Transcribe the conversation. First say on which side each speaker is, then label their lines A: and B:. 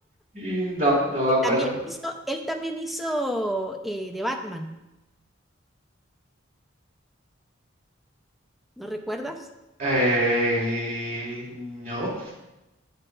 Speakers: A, on the right; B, in the centre.
A: Y No, no me
B: Él
A: acuerdo.
B: también hizo, él también hizo eh, de Batman, ¿no recuerdas?
A: Eh, no.